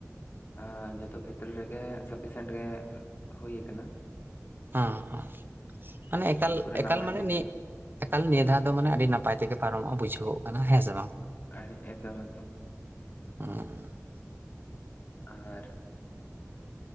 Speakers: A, on the left; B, on the right.
A: ᱟ ᱡᱚᱛᱚ ᱠᱷᱮᱛᱨᱮ ᱨᱮᱜᱮ ᱥᱟᱯᱷᱤᱥᱮᱱᱴ ᱜᱮ ᱦᱩᱭ ᱟᱠᱟᱱᱟ ᱾
B: ᱦᱟᱸ ᱦᱟᱸ ᱢᱟᱱᱮ ᱮᱠᱟᱞ
A: ᱯᱩᱨᱟᱹ
B: ᱮᱠᱟᱞ
A: ᱱᱟᱯᱟᱭ
B: ᱢᱟᱱᱮ
A: ᱛᱮᱜᱮ
B: ᱱᱤ ᱾ ᱮᱠᱟᱞ ᱱᱤᱭᱟᱹ ᱫᱷᱟᱣ ᱫᱚ ᱢᱟᱱᱮ ᱟᱹᱰᱤ ᱱᱟᱯᱟᱭ ᱛᱮᱜᱮ ᱯᱟᱨᱚᱢᱚᱜᱼᱟ ᱵᱩᱡᱷᱟᱹᱣᱚᱜ ᱠᱟᱱᱟ ᱦᱮᱸ ᱥᱮ ᱵᱟᱝ ᱾
A: ᱟᱨᱤ ᱮᱠᱫᱚᱢ ᱮᱠᱫᱚᱢ ᱾
B: <unintelligible>
A: ᱟᱨ ᱾